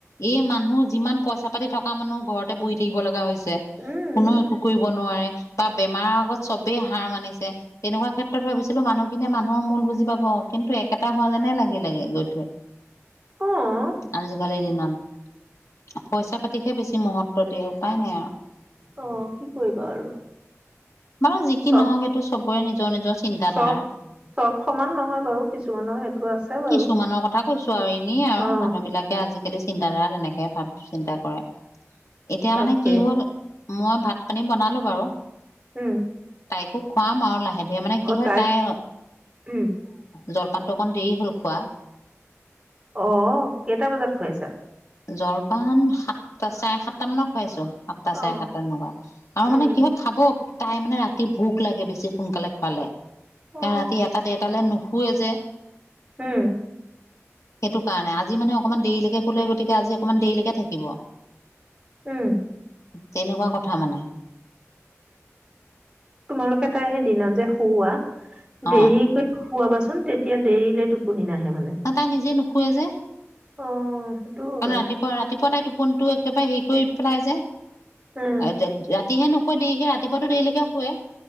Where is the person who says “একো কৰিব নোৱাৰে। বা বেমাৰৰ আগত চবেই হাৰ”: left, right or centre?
Left